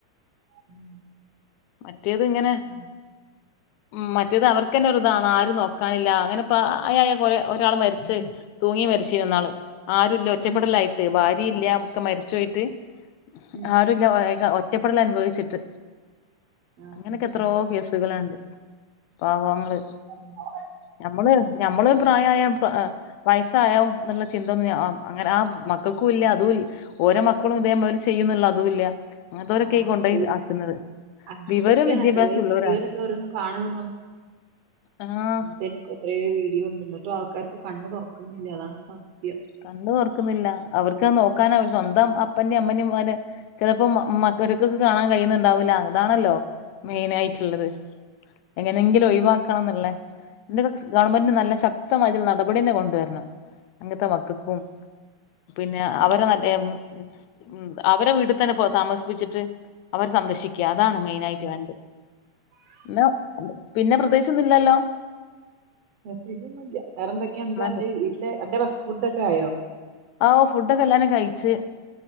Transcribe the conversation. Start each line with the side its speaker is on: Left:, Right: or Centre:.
Right: ഉം
Left: മറ്റേത് ഇങ്ങനെ
Right: അതെ.
Left: ഉം മറ്റേത് അവർക്കന്നെ ഒരു ഇതാണ് ആരു നോ കാനില്ല അങ്ങനെപ്രായായ ഒരാള് മരിച്ച്. തൂങ്ങി മരിച്ച് ഇന്നാള് ആരുല്ല ഒറ്റപ്പെടലായിട്ട്
Right: ഉം
Left: ഭാര്യ ഇല്ല ഒക്കെ മരിച്ചോയി <unintelligible>
Right: ഉം
Left: ആരുല്ല
Right: ഉം
Left: അയാക്ക് ഒറ്റപ്പെടൽ അനുഭവിച്ച് ട്ട്
Right: ആഹ്
Left: അങ്ങനൊക്കെ
Right: ആഹ്
Left: എത്രോ
Right: ആഹ്
Left: കേസുകളിണ്ട് പാവങ്ങള്
Right: <inaudible>
Left: ഞമ്മള് ഞമ്മള് പ്രായായ പ്പ വയസ്സായാവും ന്നുള്ള ചിന്തൊന്നും അങ്ങനെ ആ മക്കക്കൂല അതുംല് ഓരേ മക്കളും ഇതേപോലെ ചെയ്യുന്നുള്ള അതും ഇല്ല അങ്ങനത്തോരെക്കെ
Right: ആഹ്
Left: ഈ കൊണ്ടോയി
Right: അതുല്ല
Left: ആക്കുന്നത്
Right: അങ്ങനത്തൊക്കെയാണ്
Left: വിവരം വിദ്യാഭ്യാസം
Right: എത്രയോ
Left: ഉള്ളോരാ.
Right: വീഡിയോയിലൊക്കെ ഓരോന്നും കാണുന്നു
Left: ആഹ്
Right: തെന്നുക്കത്രയേ വീഡിയോ ഉണ്ട് ന്നിട്ടും ആൾക്കാർക്ക് കണ്ണ് തുറക്ണില്ല അതാണ് സത്യം
Left: കണ്ണ് തൊറക്കുന്നില്ല അവർക്ക് നോക്കാനവര് സ്വന്തം അപ്പൻ്റെം അമ്മനേം പോലെ ചെലപ്പം മക്കര്ക്ക് കാണാൻ കഴിയുന്നുണ്ടാവൂല്ല അതാണല്ലോ മെയിനായിട്ടുള്ളത് എങ്ങനെങ്കിലും ഒഴിവാക്കണം ന്നുള്ളെ <unintelligible> ഗവൺമെന്റിന് നല്ല ശക്തമായിട്ടുള്ള നടപടിയന്നെ കൊണ്ടുവരണം അങ്ങനത്തെ മ ത്ത്ക്കും. പിന്നെ അവര് മറ്റേ മ് മ് അവരെ വീട്ടി തന്നെ പോ താമസിപ്പിച്ചിട്ട് അവരെ സംരക്ഷിക്ക അതാണ് മെയിൻ ആയിട്ട് വേണ്ടത് ന്നാ പിന്നെ പ്രത്രേകിച്ചൊന്നില്ലല്ലോ
Right: വേറെ എന്തൊക്കയാന്ന് ന്റെ
Left: പിന്നെ
Right: വീട്ടിലെ അന്റെ ഫുഡൊക്കെ ആയോ
Left: ആഹ് ഓഹ് ഫുഡൊക്കെ എല്ലാരും കയിച്ച്